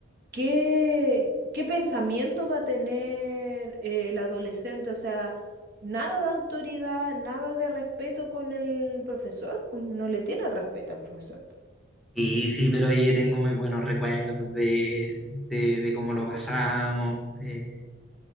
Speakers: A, on the right (about 50°); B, in the centre.
A: ¿qué, qué pensamiento va a tener eh, el adolescente? O sea, nada de autoridad, nada de respeto con el profesor, pues, no le tiene respeto al profesor.
B: Sí, sí, pero yo tengo muy buenos recuerdos de, de, de cómo lo pasamos. eh,